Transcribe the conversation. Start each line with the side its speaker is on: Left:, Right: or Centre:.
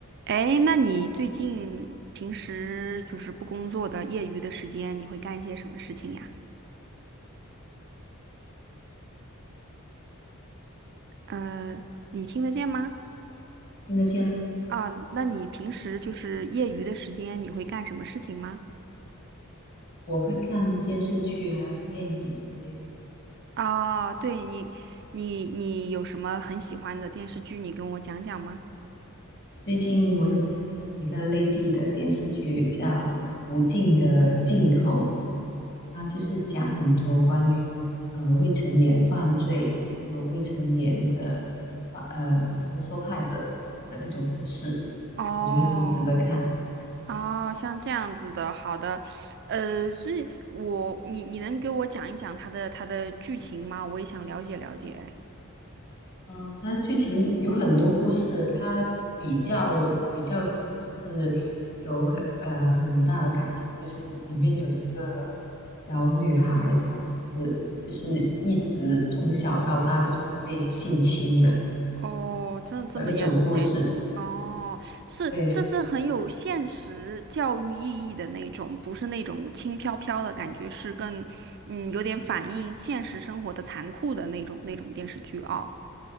Right: 哎，那你最近平时就是不工作的业余的时间，你会干一些什么事情呀？呃，你听得见吗？
Left: 听得见啊
Right: 啊，那你平时就是业余的时间，你会干什么事情吗？
Left: 我会看电视剧还有电影之类的。
Right: 啊，对你，你你有什么很喜欢的电视剧，你跟我讲讲吗？
Left: 最近我有在看一个内地的电视剧，叫《无尽的尽头》，它就是讲很多关于呃未成年犯罪，还有未成年的呃那个受害者的那种故事，
Right: 哦，
Left: 我觉得很值得看。
Right: 哦，像这样子的，好的，呃，所以我，你你能给我讲一讲它的它的剧情吗？我也想了解了解。
Left: 嗯，呃它的剧情有很多故事，它比较比较就是有很呃很大的感想，就是里面有一个小女孩，她是就是一直从小到大就是被性侵的
Right: 哦，真的这么严谨？
Left: 的那种故事。
Right: 哦，是，
Left: 对，
Right: 这是很有现实教育意义的那种，不是那种轻飘飘的感觉，是更嗯有点反映现实生活的残酷的那种那种电视剧哦。